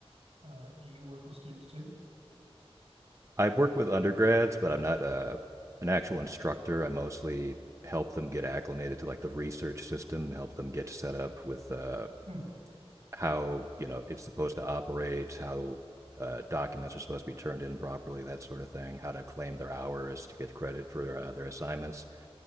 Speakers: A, on the right (about 80°); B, on the right (about 30°).
A: Uh, do you work with students too?
B: I work with undergrads, but I'm not uh, an actual instructor. I mostly help them get acclimated to like the research system, help them get set up with uh,
A: Hmm.
B: how, you know, it's supposed to operate, how uh, documents are supposed to be turned in properly, that sort of thing, how to claim their hours to get credit for uh, their assignments.